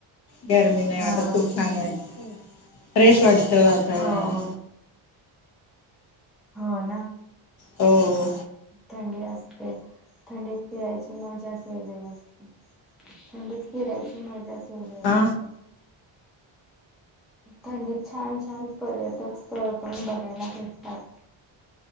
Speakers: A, on the left; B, in the centre.
A: गरमी नाहीं
B: हा.
A: वाटतं खूप छांन वाटतं फ्रेश वाटतं तर वातावरण
B: हो हो नां
A: हो
B: थंडी असतें थंडीत फिरांयंची मज्जा सं वेगळी असतें थंडीत फिरायची मज्जाच से वासके
A: हा
B: <unintelligible> थंडीत छांन छांन पर्यटक स्थळं पणं बघायंला भेटतांत